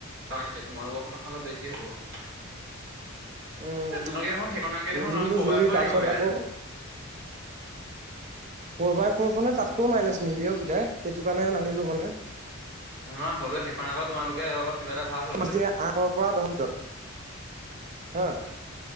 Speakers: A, on the right; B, on the right.
A: হয় তোমালোকৰ খনৰ অলপ বেছি হ'ব।
B: উম
A: এ তোমালোকে দেখোন সেইখনতকে দেখোন
B: ইঞ্জিনটো
A: তোমলোকে ফ'ৰ
B: জুৰি
A: বাই ফ'ৰ
B: তাৰপিছত
A: আনিব পাৰিলা
B: আকৌ
A: হয়
B: <unintelligible> ফ'ৰ বাই ফ'ৰখনে তাতকৈও মাৰিলে চোন নিদিয়ে অ' পিতাই সেইটো কাৰণে নানিলোঁ মানে।
A: নহয় হ'লেওঁ সেইখন আকৌ তোমালোকে অলপ কিবা এটা ভাল হ'লহেতেন
B: খুব বেছি আঠৰ পৰা দহ ভিতৰত হা